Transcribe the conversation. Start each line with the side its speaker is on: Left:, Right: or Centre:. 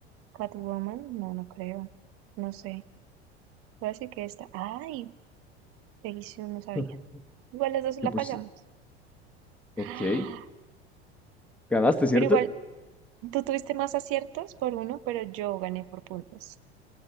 Right: Catwoman, no, no creo. No sé. Voy a decir que esta. Ay, Peggy Sue, no sabía.
Centre: <laughs>
Right: Igual las dos la
Centre: yo pues,
Right: fallamos.
Centre: ok.
Right: Ah,
Centre: ¿Ganaste, cierto?
Right: pero igual, tú tuviste más aciertos por uno, pero yo gané por puntos.